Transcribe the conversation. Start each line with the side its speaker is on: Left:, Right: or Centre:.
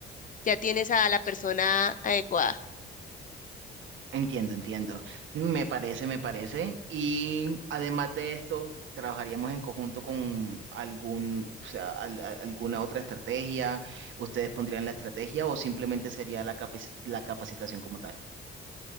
Left: ya tienes a la persona adecuada.
Right: Entiendo, entiendo. Me parece, me parece. Y además de esto, trabajaríamos en conjunto con algún, o sea, al- a- alguna otra estrategia. ¿Ustedes pondrían la estrategia o simplemente sería la capaci- la capacitación como tal?